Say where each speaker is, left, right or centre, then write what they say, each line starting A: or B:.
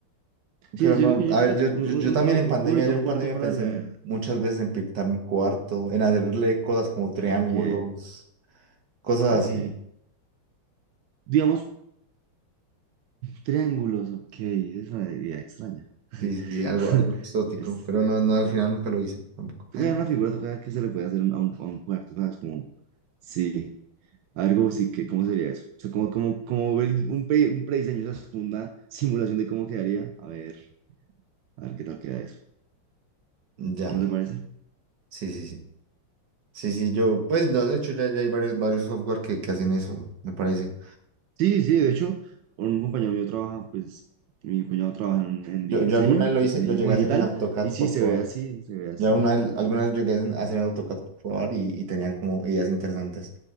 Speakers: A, on the right; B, on the right.
A: sí,
B: Pero
A: yo
B: no,
A: creo que,
B: a
A: yo
B: ver,
A: creo que
B: yo,
A: un,
B: yo,
A: un,
B: yo también
A: un, un-
B: en
A: un
B: pandemia,
A: ahorita
B: yo
A: un
B: en
A: cuarto
B: pandemia
A: para
B: pensé
A: la...
B: mu- muchas veces en pintar mi cuarto, en hacerle cosas como triángulos,
A: Ok,
B: cosas
A: ok, ok.
B: así.
A: Digamos, triángulos, ok. Es una idea extraña. <laughs>
B: Sí, sí, sí, algo, algo exótico,
A: Es,
B: pero no, no, al final nunca lo hice tampoco.
A: toca
B: <laughs>
A: ver una figura, toca ver qué se le puede hacer a un, a un cuarto, ¿sabes? Como, sí. Algo así que, ¿cómo sería eso? O sea, como, como, como ver un, pe- un prediseño, o sea, como una simulación de cómo quedaría. A ver, a ver qué tal queda eso.
B: Ya,
A: ¿No te parece?
B: sí, sí, sí. Sí, sí, yo, pues no, de hecho ya, ya hay varios, varios software que, que hacen eso, me parece.
A: Sí, sí, de hecho, un compañero mío trabaja, pues, mi cuñado trabaja en, en
B: Yo,
A: diseño,
B: yo alguna vez lo
A: pues,
B: hice,
A: en
B: lo
A: diseño
B: llegué
A: como
B: a
A: digital,
B: hacer en AutoCAD
A: y sí,
B: por
A: se
B: probar.
A: ve así, se ve así.
B: Ya una, algunas alguna llegué a hacer AutoCAD por probar y, y tenían como ideas interesantes.